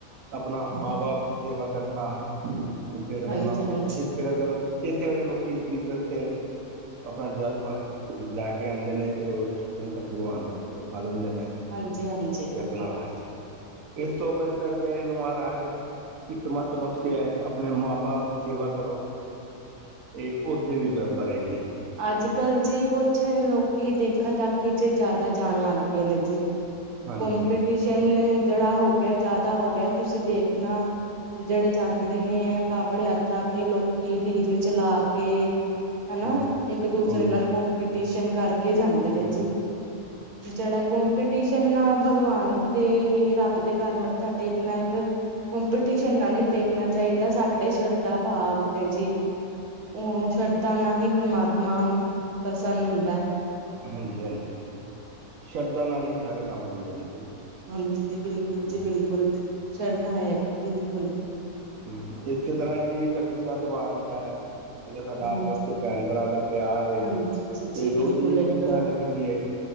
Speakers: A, on the right; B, on the right.
A: ਆਪਣਾ
B: ਨੇ
A: ਮਾਂ-ਬਾਪ ਦੀ ਸੇਵਾ ਕਰਨਾ ਤੇ ਫਿਰ ਆਪਣਾ
B: ਹਾਂਜੀ ਹਾਂਜੀ
A: ਇਸ ਫਿਰ ਅਗਰ ਇਸੇ ਕਰਕੇ ਲੋਕੀ ਤੀਰਥ ਤੇ ਆਪਣਾ ਜਲ ਪਾਅ ਲੈ ਕੇ ਆਂਦੇ ਨੇ ਫਿਰ ਉਹ ਸ਼ੰਕਰ ਭਗਵਾਨ ਦੇ ਉੱਪਰ ਪਾ ਦਿੰਦੇ ਨੇ।
B: ਹਾਂਜੀ ਹਾਂਜੀ।
A: <unintelligible> ਹੈ। ਇਸ ਤੋਂ ਬਿਹਤਰ ਤੇ ਵੀ ਮਹਾਰਾਜ ਕਿਸ ਮੱਤ ਬਖਸ਼ਿਆ ਏ, ਆਪਣੇ ਮਾਂ-ਬਾਪ ਦੀ ਸੇਵਾ ਕਰੋ। ਇਹ ਉਸ ਦਿਨ <unintelligible> ਬਰੈਗੀ।
B: ਅੱਜ-ਕੱਲ ਜੀ ਕੁਛ ਨੇ ਲੋਕੀ, ਦੇਖਾ-ਦਾਖੀ ਚ ਜ਼ਿਆਦਾ ਜਾਣ ਲੱਗ ਗਏ ਨੇ ਜੀ।
A: ਹਾਂਜੀ
B: ਕੋਂਪੀਟੀਸ਼ਨ ਜੇੜਾ ਹੋ ਗਿਆ, ਜ਼ਿਆਦਾ ਹੋ ਗਿਆ ਤੁਸੀਂ ਦੇਖਣਾ। ਜੇੜ੍ਹੇ ਜਾਂਦੇ ਨੇ ਇਹ ਕਾਵੜ ਯਾਤਰਾ ਤੇ ਲੋਕੀ ਡੀਜੇ ਚਲਾ ਕੇ ਹਨਾਂ?
A: ਹਮ
B: ਇੱਕ ਦੂਸਰੇ
A: ਹੁਣ
B: ਨਾਲ ਕੋਂਪੀਟੀਸ਼ਨ ਕਰਕੇ ਜਾਂਦੇ ਨੇ
A: ਹਾਂਜੀ
B: ਜੀ। ਜੇੜ੍ਹਾ ਕੋਂਮ ਪੀਟੀਸ਼ਨ ਨਾਂ ਭਗਵਾਨ ਤੇ ਰੱਬ ਦੇ ਘਰ ਮੱਥਾ ਟੇਕਣਾ ਇੱਕ ਕੋਂਪੀਟੀਸ਼ਨ ਨਾਲ ਨੀਂ ਟੇਕਣਾ ਚਾਈਦਾ ਸੱਤ ਤੇ ਸ਼ਰਧਾ ਭਾਵ ਤੇ ਜੀ। ਉਂ ਸ਼ਰਧਾ ਨਾਲ ਹੀ ਪ੍ਰਮਾਤਮਾ ਮਨ ਪ੍ਰਸੰਨ ਹੁੰਦਾ।
A: ਹਾਂਜੀ-ਹਾਂਜੀ ਸ਼ਰਧਾ ਨਾਲ ਈ ਸਾਰੇ ਕੰਮ ਹੋ ਜਾਂਦੇ ਜੀ।
B: ਹਾਂਜੀ ਜੀ ਬਿਲਕੁਲ
A: ਹਮ
B: ਜੀ ਬਿਲਕੁਲ ਸ਼ਰਧਾ ਹੈ ਬਿਲਕੁਲ।
A: ਹ ਏਸੇ ਤਰ੍ਹਾਂ ਹੀ ਰੱਖੜੀ ਦਾ ਤੁਆਰ ਹੁੰਦਾ ਐ ਅਗਰ ਸਾਡਾ
B: ਹਾਂਜੀ
A: ਆਪਸ ਚ ਭੈਣ ਭਰਾ ਦਾ ਪ ਪਿਆਰ ਏ
B: ਹਾਂਜੀ
A: <unintelligible>
B: ਜੀ ਬਿਲਕੁਲ ਇੱਕ
A: ਰੱਖੜੀ ਐ